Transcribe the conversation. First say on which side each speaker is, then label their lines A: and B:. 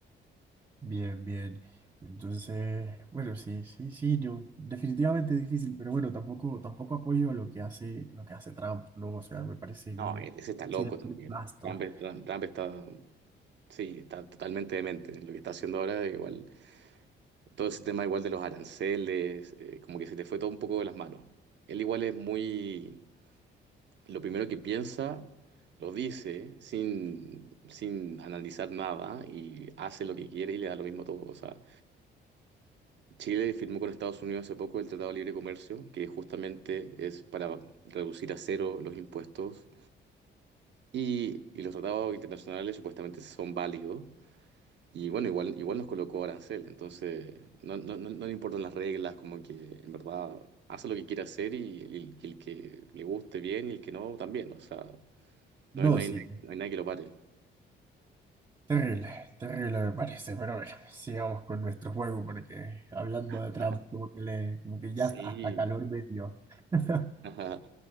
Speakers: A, on the right; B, on the right.
A: Bien, bien. Entonces, bueno, sí, sí, sí, yo definitivamente es difícil, pero bueno, tampoco, tampoco apoyo lo que hace, lo que hace Trump, ¿no? O sea, me parece
B: No,
A: un
B: e- ese está
A: un
B: loco
A: cierto
B: también.
A: nefasto.
B: Trump, Trump- Trump está, sí, está totalmente demente. Lo que está haciendo ahora igual. todo ese tema igual de los aranceles, eh, como que se le fue todo un poco de las manos. Él igual es muy, lo primero que piensa, lo dice sin, sin analizar nada y hace lo que quiere y le da lo mismo a todo. O sea, Chile firmó con Estados Unidos hace poco el Tratado de Libre Comercio, que justamente es para reducir a cero los impuestos y, y los tratados internacionales supuestamente son válidos. Y bueno, igual, igual nos colocó arancel, entonces no, no, no, no le importan las reglas, como que en verdad hace lo que quiere hacer y, el que el que le guste bien y el que no también, o sea, no hay,
A: No,
B: no
A: sí,
B: hay, nadie no hay nadie que lo pare.
A: Terrible, terrible me parece, pero bueno, sigamos con nuestro juego porque hablando
B: <laughs>
A: de Trump, como que, le- como que ya
B: Sí,
A: hasta calor me dio. <laughs>
B: ajá,